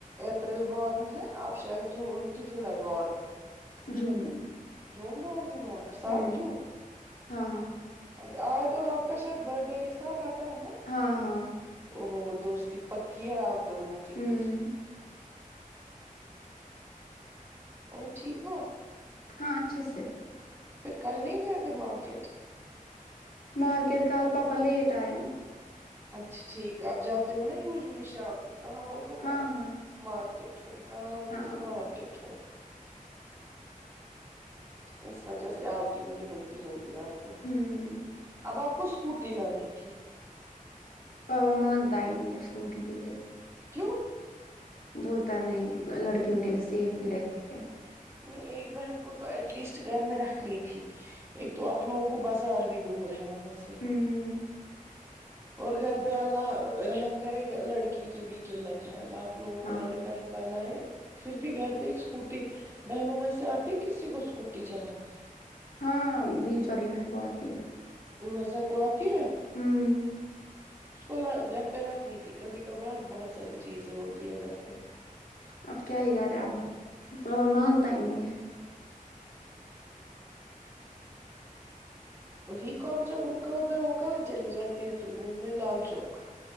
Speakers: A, on the right; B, on the left.
A: اپریل بورن ہے آپ شاید جون کی جولائی بورن ہو
B: جون
A: جون بورن ہو آپ سات
B: ہوں
A: جون
B: ہاں ہاں
A: اچھا آیت اور آپ کا شاید برتھ ڈے ایک ساتھ آتا ہے نا
B: ہاں ہاں
A: اوہو دوستی پکی ہے آپ دونوں کی
B: ہوں
A: پھر او ٹھیک ہو
B: ہاں اچھے سے
A: پھر کل نہیں گئے تھے مارکیٹ
B: مارکیٹ کل پاپا لیٹ آئے نا
A: اچھا ٹھیک ہے آپ جاتے ہو نا یوزلی شام کو کہاں ہو تو میں
B: ہاں ہاں
A: مارکیٹ ہوں کہاں ہو
B: ہاں
A: تو میں مارکیٹ ہوں اس وجہ سے آؤٹنگ بھی ہوتی ہوگی آپ کو
B: ہوں
A: اب آپ کو اسکوٹی لانی تھی
B: پاپا مانتا ہی نہیں ہے اسکوٹی کے لیے
A: کیوں
B: بولتا نہیں لڑکیوں کے لیے سیف نہیں رہتی ہے
A: نہیں ایک بہن کو تو ایٹ لیسٹ گھر میں رکھنی تھی ایک تو آپ لوگوں کو بازار بھی دور ہے وہاں سے
B: ہوں
A: اور گھرپہ اللہ رحم کرے گ لڑکی کی بھی قلت ہے اللہ آپ لوگوں کو
B: ہاں
A: لڑکا ہی بنائے پھر بھی گھر پہ ایک اسکوٹی بہنوں میں سے آتی ہے کسی کو اسکوٹی چلانی
B: ہاں بیچ والی بہن کو آتی ہے
A: رومیضا کو آتی ہے
B: ہوں
A: اس کو گھر پہ رکھنی تھی کبھی کبھار بہت ساری چیزیں ہوتی ہے گھر پہ
B: اب کیا ہی کرے اب بابا مانتا ہی نہیں ہے
A: ویک آف جب ان کا ہوتا ہے وہ کہاں چلی جاتی ہے پھر گھومنے لال چوک